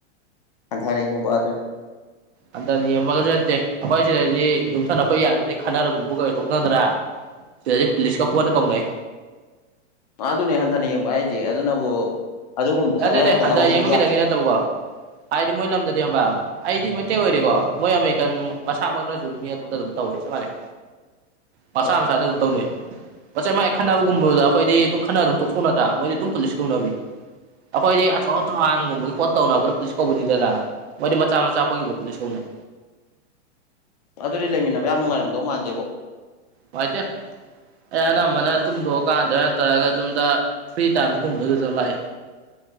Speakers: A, on the left; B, on the right.
A: ꯍꯥꯟꯊꯥꯅꯥ ꯌꯦꯡꯕꯗꯨꯅꯤ
B: ꯍꯟꯊꯅꯥ ꯌꯦꯡꯕꯒꯥ ꯅꯠꯇꯦ ꯑꯩꯈꯣꯏ ꯒꯤ <unintelligible> ꯌꯨꯝꯊꯪꯅꯕꯒꯩ ꯌꯥꯅꯗ꯭ꯔꯥꯗꯤ ꯈꯠꯅꯥꯔꯒꯨꯝꯕꯒ ꯐꯨꯔꯥ ꯇꯣꯛꯅꯗ꯭ꯔꯥ ꯁꯤꯗꯗꯤ ꯄꯨꯂꯤꯁꯀ ꯄꯨꯡꯀꯧꯗ ꯀꯧꯅꯩ
A: ꯃꯥ ꯑꯗꯨꯅꯦ ꯍꯟꯊꯅ ꯌꯦꯡꯕ ꯍꯥꯏꯁꯦ ꯑꯗꯨꯅꯕꯨ ꯑꯗꯨꯒꯨꯝꯕꯗ
B: ꯅꯠꯇꯦ
A: ꯆꯠꯅꯔꯛꯇꯅꯕ
B: ꯅꯠꯇꯦ ꯍꯟꯗꯛ
A: ꯍꯧꯖꯤꯛ
B: ꯌꯦꯡꯕ ꯈꯤꯇꯪꯒꯤ
A: ꯌꯥ
B: ꯅꯠꯇꯕꯀꯣ ꯍꯥꯏꯗꯤ ꯃꯣꯏ ꯂꯝꯗꯗꯤ ꯈꯉꯕꯥ ꯑꯩꯗꯤ ꯃꯩꯇꯩ ꯑꯣꯏꯔꯗꯤꯀꯣ ꯃꯣꯏ ꯑꯃꯦꯔꯤꯀꯥꯟ ꯃꯁꯥꯃꯛꯅꯁꯨꯝ ꯃꯤ ꯑꯇꯣꯞꯄꯗ ꯑꯗꯨꯝ ꯇꯧꯋꯦ ꯆꯞ ꯃꯥꯟꯅꯩ
A: <inaudible>
B: ꯃꯁꯥꯅꯥ ꯃꯁꯥꯗ ꯑꯗꯨꯝ ꯇꯧꯅꯩ ꯃꯆꯥꯏ ꯃꯥꯏ ꯈꯟꯅꯕꯒꯨꯝꯕꯗ ꯑꯩꯈꯣꯏꯗꯤ ꯑꯗꯨꯝ ꯈꯠꯅꯥꯔꯥ ꯑꯗꯨꯝ ꯇꯣꯛꯊꯣꯛꯅꯗ꯭ꯔ ꯃꯣꯏꯗꯤ ꯑꯗꯨꯝ ꯄꯨꯂꯤꯁ ꯀꯧꯅꯕꯤ ꯑꯩꯈꯣꯏꯗꯤ ꯑꯆꯧ ꯑꯆꯥꯡꯒꯨꯝꯕꯒꯤ ꯄꯣꯠ ꯇꯧꯅꯕꯗ ꯄꯨꯂꯤꯁ ꯀꯧꯕꯅꯤꯗꯅ ꯃꯣꯏꯗꯤ ꯃꯆꯥ ꯃꯆꯥ ꯄꯣꯠꯀꯤꯕꯧ ꯄꯨꯂꯤꯁ ꯀꯧꯅꯩ
A: ꯑꯗꯨꯗꯤ ꯂꯩꯃꯤꯟꯅꯕ ꯌꯥꯝ ꯅꯨꯡꯉꯥꯏꯔꯝꯗꯧ ꯃꯥꯟꯗꯦꯕꯣ
B: ꯅꯨꯡꯉꯥꯏꯇꯦ ꯑꯩ ꯑꯅꯝꯕꯅ ꯇꯨꯝꯗꯣꯀꯥꯟꯗ ꯅꯠꯇꯔꯒ ꯌꯨꯝꯗ ꯐ꯭ꯔꯤ ꯇꯥꯏꯝ ꯒꯨꯝꯕꯗꯨꯗ ꯂꯥꯛꯏ꯫